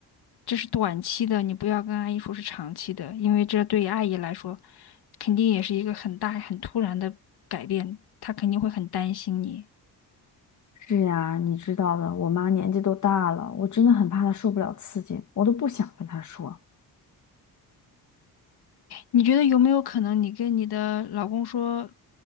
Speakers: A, on the left; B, on the left.
A: 这是短期的，你不要跟阿姨说是长期的，因为这对于阿姨来说肯定也是一个很大很突然的改变，她肯定会很担心你。
B: 是呀，你知道的，我妈年纪都大了，我真的很怕她受不了刺激，我都不想跟她说。
A: 你觉得有没有可能你跟你的老公说，